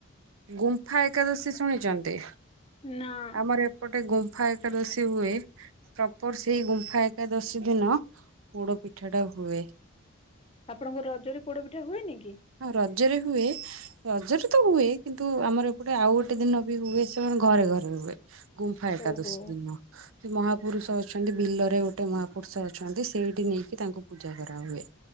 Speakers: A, on the right; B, on the left.
A: ଗୁମ୍ଫା ଏକାଦଶୀ ଶୁଣିଚନ୍ତି?
B: ନା।
A: ଆମର ଏପଟେ ଗୁମ୍ଫା ଏକାଦଶୀ ହୁଏ। ପ୍ରପର ସେଇ ଗୁମ୍ଫା ଏକାଦଶୀ ଦିନ ପୋଡ ପିଠା ଟା ହୁଏ।
B: ଆପଣଙ୍କ ରଜରେ ପୋଡ ପିଠା ହୁଏ ନିକି?
A: ଆ ରଜରେ ହୁଏ। ରଜରେ ତ ହୁଏ କିନ୍ତୁ ଆମର ଏପଟେ ଆଉ ଗୋଟେ ଦିନ ବି ହୁଏ ସେ ଘରେ ଘରେ। ହୁଏ ଗୁମ୍ଫା ଏକା
B: ଓହୋ
A: ଦଶି ଦିନ। ସେ ମହାପୁରୁଷ ଅଛନ୍ତି ବିଲରେ ଗୋଟେ ମହାପୁରୁଷ ଅଛନ୍ତି ସେଇଠି ନେଇକି ତାଙ୍କୁ ପୂଜା କରାହୁଏ।